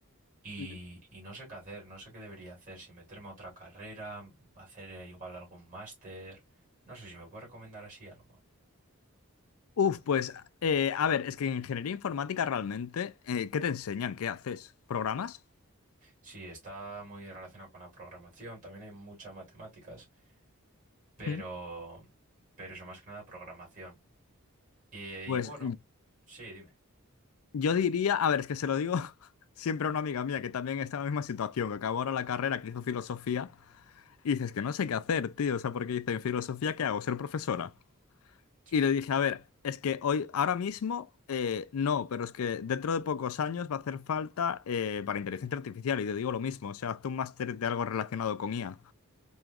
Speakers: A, on the right; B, on the left.
A: y,
B: Ujú.
A: y no sé qué hacer, no sé qué debería hacer, si meterme a otra carrera, hacer eh, igual algún máster, no sé si me puede recomendar así algo.
B: Uf, pues eh, a ver, es que en ingeniería informática realmente, eh, ¿qué te enseñan? ¿Qué haces? ¿Programas?
A: Sí, está muy relacionado con la programación, también hay muchas matemáticas, pero,
B: Mm.
A: pero eso más que nada programación. Y, y
B: Pues
A: bueno, sí, dime.
B: yo diría, a ver, es que se lo digo <laughs> siempre a una amiga mía que también está en la misma situación, que acabó ahora la carrera, que hizo filosofía, y dices que no sé qué hacer, tío, o sea, porque dice, en filosofía, ¿qué hago? ¿Ser profesora?
A: sí.
B: Y le dije, a ver, es que hoy, ahora mismo, eh, no, pero es que dentro de pocos años va a hacer falta eh, para inteligencia artificial. Y te digo lo mismo, o sea, haz un máster de algo relacionado con IA.